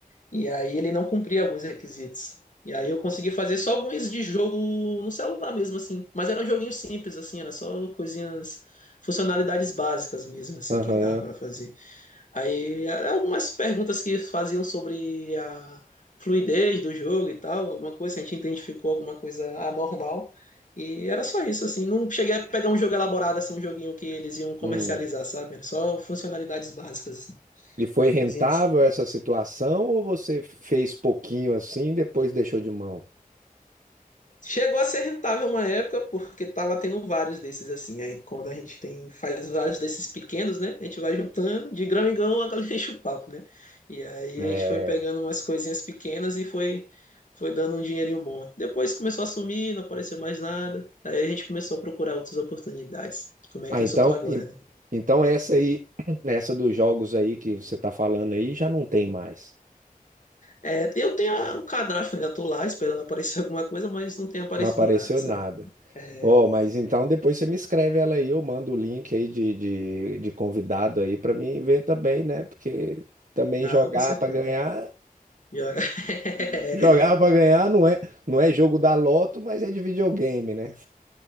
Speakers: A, on the left; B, on the right.
A: E aí ele não cumpria alguns requisitos. E aí eu consegui fazer só alguns de jogo no celular mesmo assim, mas era um joguinho simples assim, era só coisinhas, funcionalidades básicas mesmo assim
B: aham.
A: que ele dava para fazer. Aí eram algumas perguntas que faziam sobre a fluidez do jogo e tal, alguma coisa, se a gente identificou alguma coisa anormal. E era só isso, assim. Não cheguei a pegar um jogo elaborado, assim, um joguinho que eles iam comercializar,
B: hum.
A: sabe? Era Só funcionalidades básicas, assim,
B: E foi rentável
A: coisinhas
B: essa situação ou você fez pouquinho assim e depois deixou de mão?
A: Chegou a ser rentável uma época, porque tava tendo vários desses assim. Aí quando a gente tem, faz vários desses pequenos, né? A gente vai juntando, de grão em grão, a galinha <laughs> enche o papo, né? E aí
B: É.
A: a gente foi pegando umas coisinhas pequenas e foi, foi dando um dinheirinho bom. Depois começou a sumir, não apareceu mais nada. Aí a gente começou a procurar outras oportunidades. Como é
B: Ah,
A: que
B: então,
A: eu só tô agora,
B: en-
A: né?
B: então essa aí, <clears throat> essa dos jogos aí que você tá falando aí já não tem mais.
A: É, eu tenho a- um cadastro, ainda tô lá esperando aparecer <laughs> alguma coisa, mas não tem aparecido
B: Não apareceu
A: nada, sabe?
B: nada.
A: É,
B: Ó, mas então depois você me escreve ela aí, eu mando o link aí de, de, de convidado aí pra mim ver também, né? Porque também
A: não,
B: jogar
A: com certeza.
B: pra ganhar,
A: Joga. <laughs>
B: <laughs> jogar pra ganhar não é, não é jogo da loto, mas é de videogame, né?